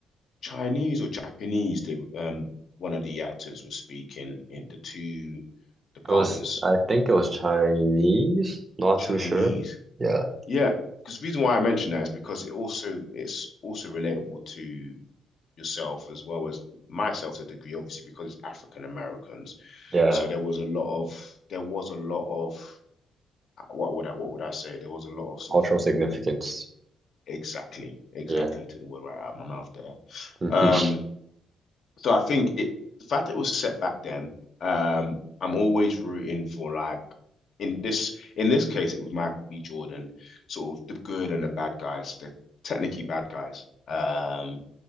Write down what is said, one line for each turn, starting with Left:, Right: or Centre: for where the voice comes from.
Left: Chinese or Japanese, they um one of the actors was speaking in the two the partners
Right: It was, I think it was Chinese, not
Left: Chinese.
Right: too sure. Yeah.
Left: Yeah, because the reason why I mention that is because it also it's also relatable to yourself as well as myself to a degree, obviously because it's African Americans.
Right: Yeah,
Left: So there was a lot of there was a lot of uh, what would I what would I say? There was a lot of sort
Right: cultural
Left: of
Right: significance.
Left: Exactly, exactly.
Right: Yeah.
Left: Took the word right out of my mouth there.
Right: hmm
Left: Um, So I think it the fact that it was set back then, um, I'm always rooting for like in this in this case it was Michael B. Jordan, sort of the good and the bad guys, the technically bad guys. Um,